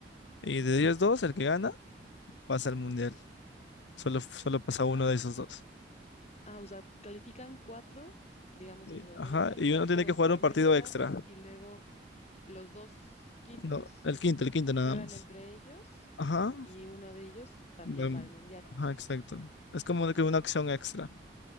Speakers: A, on the left; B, on the left.
A: Y de ellos dos, el que gana pasa al mundial. Solo, solo pasa uno de esos dos.
B: Ah, o sea, califican cuatro, digamos,
A: Y-
B: de Sudamérica,
A: Ajá, y
B: cuatro
A: uno tiene
B: de
A: que
B: Norteamérica,
A: jugar un partido extra.
B: y luego los dos quintos
A: No, el quinto, el quinto nada
B: juegan
A: más.
B: entre ellos
A: Ajá,
B: y uno de ellos también
A: bueno,
B: va al mundial.
A: ajá, exacto. Es como
B: Ok,
A: que una acción extra,